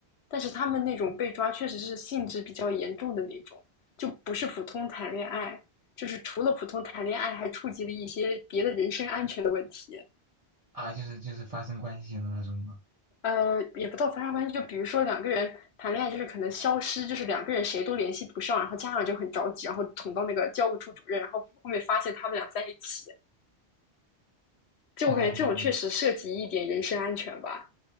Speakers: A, on the left; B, on the right.
A: 但是他们那种被抓确实是性质比较严重的那种，就不是普通谈恋爱，就是除了普通谈恋爱，还触及了一些别的人身安全的问题。
B: 啊，就是就是发生关系的那种吗？
A: 呃，也不到发生关系，就比如说两个人谈恋爱，就是可能消失，就是两个人谁都联系不上，然后家长就很着急，然后捅到那个教务处主任，然后后面发现他们俩在一起。就我感觉这种确实涉及一点人身安全吧，
B: 哦，